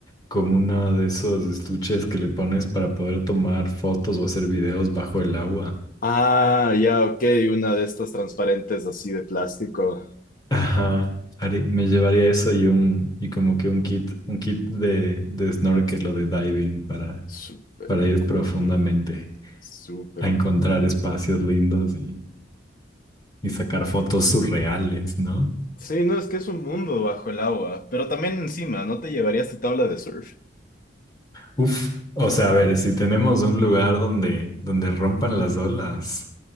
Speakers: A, on the left (about 20°); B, on the left (about 45°).
A: como uno de esos estuches que le pones para poder tomar fotos o hacer videos bajo el agua.
B: Ah, ya, ok, una de estas transparentes así de plástico.
A: Ajá. haré- Me llevaría eso y un, y como que un kit, un kit de, de snorkel o de diving para,
B: Súper
A: para ir
B: cool,
A: profundamente
B: súper
A: a encontrar
B: cool.
A: espacios lindos y, y sacar fotos surreales, ¿no?
B: Sí, no, es que es un mundo bajo el agua, pero también encima, ¿no te llevarías tu tabla de surf?
A: Uf, o sea, a ver, si tenemos un lugar donde, donde rompan las olas,